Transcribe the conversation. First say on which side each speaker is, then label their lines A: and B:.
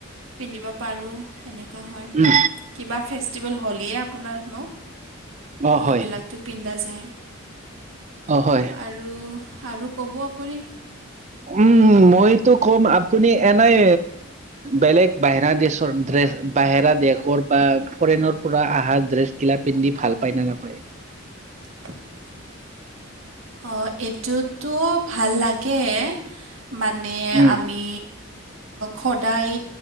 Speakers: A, on the right (about 70°); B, on the right (about 35°).
A: পিন্ধিব পাৰোঁ সেনেকুৱা হয়
B: উম
A: কিবা ফে ফেষ্টিভেল হ'লই আপোনাৰনো
B: অ
A: সেইবিলাকতো
B: হয়
A: পিন্ধা যায়
B: অ হয়
A: আৰু আৰু ক'ব আপুনি
B: উম মইতো কম আপুনি এনোই বেলেগ বাহিৰা দেশৰ ড্ৰেছ বাহিৰা দেশৰ বা ফৰেনৰ পৰা আহা ড্ৰেছ গিলা পিন্ধি ভাল পায় নে নাপায়
A: <inaudible> অ', এইটোতো ভাল লাগে মানে
B: উম
A: আমি সদায়